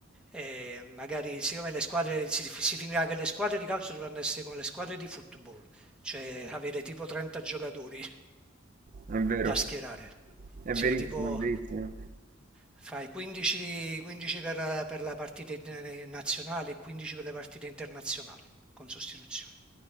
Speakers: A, in the centre; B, on the right.
A: eh, magari siccome le squadre si, si finirà che le squadre di calcio dovranno essere come le squadre di football, cioè avere tipo 30 giocatori
B: Mh. È vero.
A: da schierare,
B: È
A: cioè
B: verissimo,
A: tipo
B: è verissimo.
A: fai 15, 15 per, per la partita in- nazionale e 15 per le partite internazionali con sostituzione.